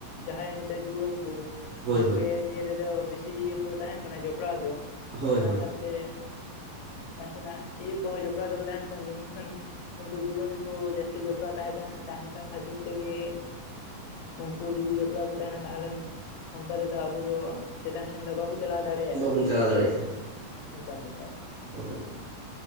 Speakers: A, on the left; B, on the right.
A: ᱡᱟᱦᱟᱸᱭ ᱱᱤᱛᱚᱜ ᱡᱩᱣᱟᱹᱱ ᱠᱚ
B: ᱦᱳᱭ
A: ᱩᱱᱠᱩ
B: ᱦᱳᱭ
A: ᱜᱮ ᱱᱤᱭᱟᱹ ᱨᱮᱫᱚ ᱵᱮᱥᱤ ᱤᱭᱟᱹ ᱠᱚ ᱛᱟᱦᱮᱱ ᱠᱟᱱᱟ ᱡᱚᱯᱲᱟᱣ ᱫᱚ
B: ᱦᱳᱭ
A: ᱚᱱᱟ
B: ᱦᱳᱭ
A: ᱥᱟᱶ- ᱛᱮ ᱱᱟᱥᱮᱱᱟᱜ ᱤᱭᱟᱹ ᱠᱚᱦᱚᱸ ᱡᱚᱯᱲᱟᱣ ᱛᱮᱠᱚ ᱛᱟᱦᱮᱱ ᱠᱟᱱ ᱜᱮᱭᱟ ᱢᱮᱱᱠᱷᱟᱱ ᱩᱱᱠᱩ ᱡᱩᱣᱟᱹᱱ ᱠᱚ ᱡᱟᱹᱥᱛᱤ ᱡᱚᱯᱲᱟᱣ ᱛᱟᱦᱮᱸ ᱠᱟᱱᱟ ᱛᱟᱦᱮᱱ ᱠᱟᱱ ᱠᱷᱟᱹᱛᱤᱨ ᱛᱮᱜᱮ ᱩᱱᱠᱩ ᱡᱩᱫᱤ ᱡᱚᱯᱲᱟᱣ ᱠᱚ ᱛᱟᱦᱮᱱᱟ ᱛᱟᱦᱚᱞᱮ ᱚᱱᱠᱟ ᱨᱮᱫᱚ ᱟᱵᱚ ᱫᱚ ᱪᱮᱛᱟᱱ ᱥᱮᱱ ᱫᱚ ᱵᱟᱵᱚ ᱪᱟᱞᱟᱣ ᱫᱟᱲᱮᱭᱟᱜᱼᱟ,
B: ᱵᱟᱵᱚᱱ ᱪᱟᱞᱟᱣ ᱫᱟᱲᱮᱭᱟᱜᱼᱟ
A: ᱮᱠᱟᱞ ᱮᱠᱟᱞ
B: ᱦᱳᱭ